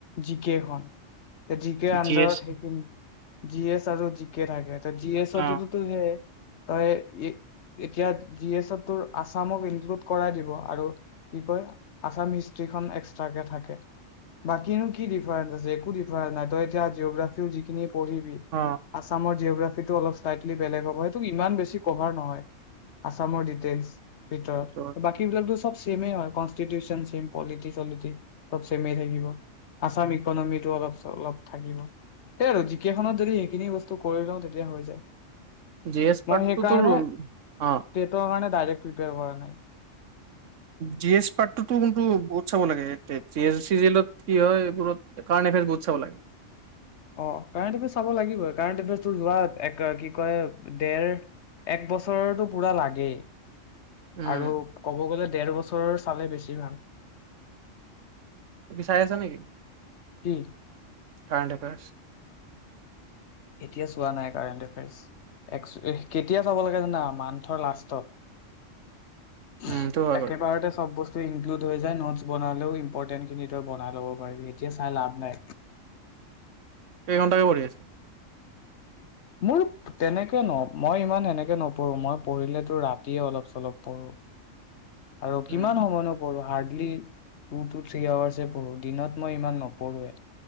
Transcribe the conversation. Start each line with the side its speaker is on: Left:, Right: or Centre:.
Left: জিকেইখন। তে জিকেৰ আন্দাৰত
Right: জি এছ
Left: হেখিনি। জি এছ আৰু জি কে থাকে। তে জি এছ
Right: অ
Left: অত ত হইয়া এই। অ' তই এতিয়া জি এছত তোৰ আছামক ইনক্লুড কৰাই দিব আৰু কি কয় আছাম হিষ্ট্ৰিখন এক্সট্ৰকে থাকে বাকিনো কি ডিফাৰেঞ্চ আছে একো ডিফাৰেস নাই তই এতিয়া জিঅগ্ৰফিও যিখিনি পঢ়িবি
Right: অ
Left: অসমৰ জেওগ্ৰাফীতে অলপ শ্লাইটলী বেলেগ হব। ইমান বেছি কভাৰ নহয় অসমৰ ডিটেইলছ। ভিতৰত
Right: সেইটো হয়
Left: বাকী বিলাকো তে স্ব চেমে এই হৈ কংস্তিটোতিওন চেম, পলিতী চলিটো স্ব সমে এই থাকিব অসম ইকনমী তে অলপ অলপ থাকিব সেই আৰু জিকেইখনত যদি সেইখিনি বস্তু কৰি লওঁ তেতিয়া হৈ যায়।
Right: জি এছ পাৰ্টটো
Left: মই সেইকাৰণে,
Right: তোৰ অ
Left: টেটৰ মাৰ্ক ডাইৰেক্ট প্ৰিপৰে কৰা নাই।
Right: জি এছ <unintelligible> <unintelligible> কিন্তু বহুত চাব লাগে <unintelligible> কি হয় এইবোৰতট কাৰেণ্ট এফাইৰ বহুত চাব লাগে।
Left: অ' কাৰেণ্ট এফাইৰা পচাব লাগিবই কাৰেণ্ট এফেয়াৰো কি কয় দেৰ এক বছৰটো পুৰা লাগেই।
Right: উম
Left: আৰু কব গলে দেৰ বছৰৰ চালে বেছি ভাল।
Right: তুমি চাই আছা নেকি?
Left: কি
Right: কাৰেণ্ট এফেইৰ।
Left: এতিয়া চোৱা নাই কাৰেণ্ট এফাইটে কেতিয়া চাব লাগে জনা মন্থৰ লাষ্টত।
Right: উম সেইটো হয়
Left: আকেবাৰতাই
Right: বাৰু
Left: ছব বস্তু ইনক্লুড হৈ জাই নোটছ বনালেও ইম্পৰটেন্ট খিনি তই বনাই ল'ব পাৰিবি এতিয়া চাই লাভ নাই।
Right: কে ঘণ্টাকৈ পঢ়ি আছ?
Left: মোৰ তেনেকে ন মই ইমান এনেকে নপহো। মই পহিলে তোৰ ৰাতিয়ে অলপ-চলপ পঢ়ো। আৰু
Right: উম
Left: কিমান সময়ো নো পঢ় হাৰ্ড- খালী ত্ব-থ্ৰী হাউৰ্ছএই পঢ়োঁ। দিনত মই ইমান নপঢ়োৱে।